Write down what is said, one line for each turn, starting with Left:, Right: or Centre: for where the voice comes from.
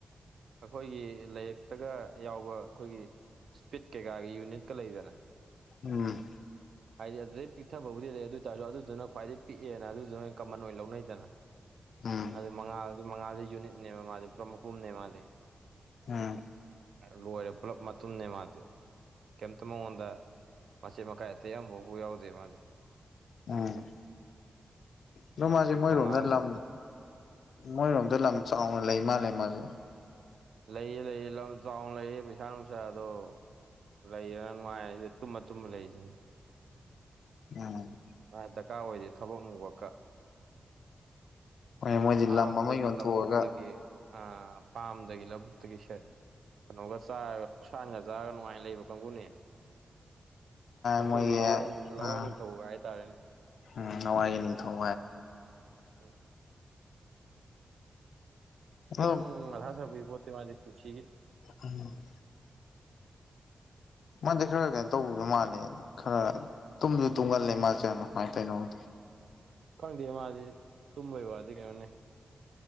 Right: ꯑꯩꯈꯣꯏꯒꯤ ꯂꯥꯏꯔꯤꯛꯇꯒ ꯌꯥꯎꯕ ꯑꯩꯈꯣꯏꯒꯤ ꯏꯁ꯭ꯄꯤꯠ ꯀꯩꯀꯥꯒꯤ ꯌꯨꯅꯤꯠꯀ ꯂꯩꯗꯅ
Left: ꯎꯝ
Right: ꯍꯥꯏꯗꯤ ꯑꯗꯨꯗꯩ ꯄꯤꯛꯊꯕꯕꯨꯗꯤ ꯂꯩ ꯑꯗꯨ ꯑꯣꯏ ꯇꯥꯔꯁꯨ ꯑꯗꯨꯗꯨꯅ ꯈ꯭ꯋꯥꯏꯗꯒꯤꯩ ꯄꯤꯛꯑꯦ ꯑꯗꯨꯗꯨꯅ ꯀꯃꯟ ꯑꯣꯏꯅ ꯂꯧꯅꯩꯗꯅ
Left: ꯎꯝ
Right: ꯑꯗꯨ ꯃꯉꯥꯜꯗꯤ ꯃꯉꯥꯜꯗꯤ ꯌꯨꯅꯤꯠꯅꯦꯕ ꯃꯥꯗꯤ ꯄꯨꯔꯥ ꯃꯄꯨꯝꯅꯦ ꯃꯥꯗꯤ
Left: ꯎꯝ
Right: ꯂꯣꯏꯔꯦ ꯄꯨꯂꯞ ꯃꯇꯨꯡꯨꯝꯅꯦ ꯃꯥꯗꯤ ꯀꯩꯝꯇ ꯃꯉꯣꯟꯗ ꯃꯆꯦꯠ ꯃꯀꯥꯏ ꯑꯇꯩ ꯑꯃꯐꯥꯎꯕꯥꯎ ꯌꯥꯎꯗꯦ ꯃꯥꯗꯤ
Left: ꯎꯝ ꯑꯗꯣ
Right: ꯃꯄꯨꯝ
Left: ꯃꯥꯁꯦ ꯃꯣꯏꯔꯣꯝꯗ
Right: ꯃꯉꯥꯜ
Left: ꯂꯝ ꯃꯣꯏꯔꯣꯝꯗ ꯂꯝ ꯆꯥꯎꯅ ꯂꯩ ꯃꯥꯜꯂꯦ ꯃꯥꯁꯦ
Right: ꯂꯩꯌꯦ ꯂꯩꯌꯦ ꯂꯝ ꯆꯥꯎꯅ ꯂꯩꯌꯦ ꯄꯩꯁꯥ ꯅꯨꯡꯁꯥ ꯑꯗꯣ ꯂꯩꯔ ꯅꯨꯡꯉꯥꯏꯔꯁꯦ ꯇꯨꯝꯕ ꯇꯨꯝꯕ ꯂꯩꯁꯤꯅꯤ
Left: ꯎꯝ
Right: ꯃꯥꯥꯏ ꯗꯔꯀꯥꯔ ꯑꯣꯏꯔꯤ ꯊꯕꯛ ꯅꯨꯡꯕꯀ
Left: ꯍꯣꯏ ꯃꯣꯏꯗꯤ
Right: ꯐꯥꯝꯗꯒꯤ
Left: ꯂꯝ ꯑꯃ ꯌꯣꯟꯊꯣꯛꯑꯒ
Right: ꯂꯧꯕꯨꯛꯇꯒꯤ ꯑ ꯐꯥꯝꯗꯒꯤ ꯂꯧꯕꯨꯛꯇꯒꯤꯁꯦ ꯀꯩꯅꯣꯒ ꯆꯥꯔꯒ ꯁꯁꯥꯟꯒ ꯆꯥꯔꯒ ꯅꯨꯡꯉꯥꯏꯅ ꯂꯩꯕ ꯀꯥꯡꯕꯨꯅꯦ ꯑꯈꯣꯏꯒꯤ
Left: ꯃꯣꯏꯒꯤ
Right: ꯂꯋꯥꯏ ꯂꯋꯥꯏ
Left: ꯑꯥ
Right: ꯅꯤꯡꯊꯧꯒ ꯍꯥꯏꯇꯥꯔꯦꯅꯦ
Left: ꯎꯝ ꯂꯋꯥꯏꯒꯤ ꯅꯤꯡꯊꯧ
Right: ꯎꯝ
Left: ꯑꯗꯣ
Right: ꯀꯩ ꯃꯊꯥ ꯁꯕꯤꯕꯣꯠꯇꯦ ꯃꯥꯗꯤ ꯄꯨꯟꯁꯤꯒꯤ
Left: ꯎꯝ ꯃꯥꯗꯤ ꯈꯔ ꯀꯩ ꯇꯧꯕ ꯃꯥꯜꯂꯦ ꯈꯔ ꯇꯨꯝꯁꯨ ꯇꯨꯝꯒꯜꯂꯦ ꯃꯥꯁꯦ ꯌꯥꯝꯅ ꯀꯃꯥꯏꯅ ꯇꯧꯅꯣ ꯈꯪꯇ ꯦ
Right: ꯈꯪꯗꯦ ꯃꯥꯗꯤ ꯇꯨꯝꯕꯒꯤ ꯋꯥꯗꯤ ꯀꯩꯅꯣꯅꯦ